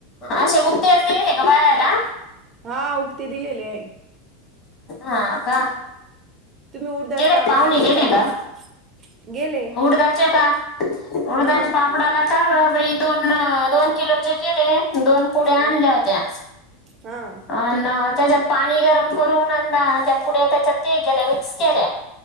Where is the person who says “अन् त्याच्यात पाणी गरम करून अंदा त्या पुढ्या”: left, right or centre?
Left